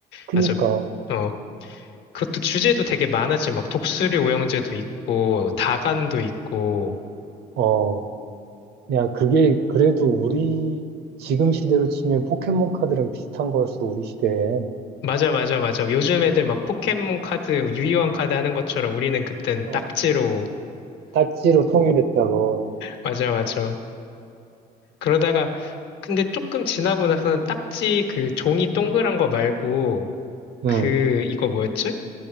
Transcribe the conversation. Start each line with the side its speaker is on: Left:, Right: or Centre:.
Right: 그니까,
Left: 맞아. 어, 그것도 주제도 되게 많았지. 막 독수리 오형제도 있고, 다간도 있고.
Right: 어, 야, 그게 그래도 우리 지금 시대로 치면 포켓몬 카드랑 비슷한 거였어, 우리 시대엔.
Left: 맞아, 맞아, 맞아. 요즘 애들 막 포켓몬 카드, 유희왕 카드 하는 것처럼 우리는 그땐
Right: 어,
Left: 딱지로.
Right: 딱지로 통일했다고.
Left: 맞아, 맞아. 그러다가, 근데 조금 지나고 나서는 딱지 그 종이 동그란 거 말고, 그,
Right: 응,
Left: 이거 뭐였지?